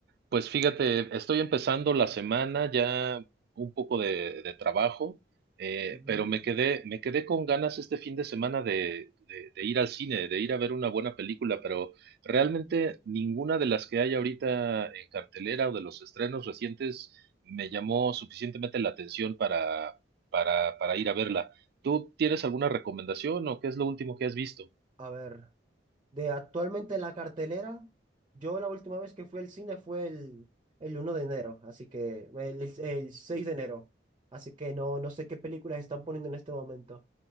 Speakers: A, on the right; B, on the right.
A: pues fíjate, estoy empezando la semana ya un poco de, de trabajo, eh,
B: Mm,
A: pero me quedé, me quedé con ganas este fin de semana de, de- de ir al cine, de ir a ver una buena película, pero realmente ninguna de las que hay ahorita en cartelera o de los estrenos recientes me llamó suficientemente la atención para, para, para ir a verla. ¿Tú tienes alguna recomendación o qué es lo último que has visto?
B: a ver, de actualmente la cartelera, yo la última vez que fui al cine fue el, el uno de enero, así que, el, el- el 6 de enero, así que no, no sé qué películas están poniendo en este momento,